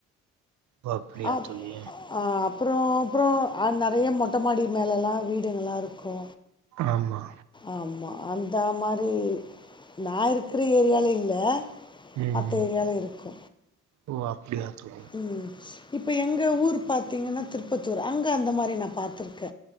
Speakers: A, on the right (about 70°); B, on the left (about 15°).
A: ஓ அப்டியா
B: அப்
A: தோழி
B: ஆ அப்றோ அப்றோ நெறைய மொட்ட மாடி மேலல்லா வீடுங்கல்லா இருக்கு
A: ஆமா
B: ஆமா அந்த மாரி நா இருக்குற ஏரியால இல்ல
A: ம்
B: மத்த ஏரியால இருக்கு
A: ஓ அப்டியா தோழி
B: ம் இப்ப எங்க ஊர் பாத்தீங்கன்னா திருப்பத்தூர் அங்க அந்த மாரி நா பாத்ருக்க